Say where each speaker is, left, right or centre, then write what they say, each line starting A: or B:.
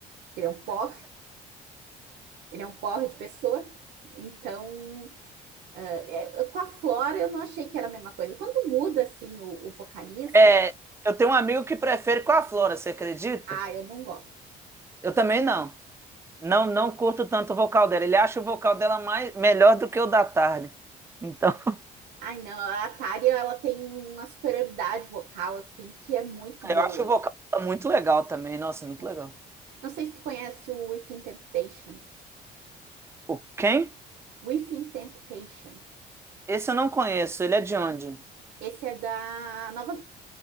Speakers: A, on the right; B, on the right.
A: porque ele é um porre, ele é um porre de pessoa. Então, eh, eh, com a Flora eu não achei que era a mesma coisa. Quando muda assim o, o vocalista,
B: É, eu tenho um amigo que prefere com a Flora, você acredita?
A: ah, eu não gosto.
B: Eu também não. Não, não curto tanto o vocal dela. Ele acha o vocal dela mais, melhor do que o da tarde. Então, <laughs>
A: Ai, não, a Tária, ela tem uma superioridade vocal, assim, que é muito boa.
B: eu acho o vocal dela muito legal também. Nossa, muito
A: né?
B: legal.
A: Não sei se tu conhece o Within Temptation.
B: O quem?
A: Within Temptation.
B: Esse eu não conheço. Ele é de onde?
A: Esse é da Nova...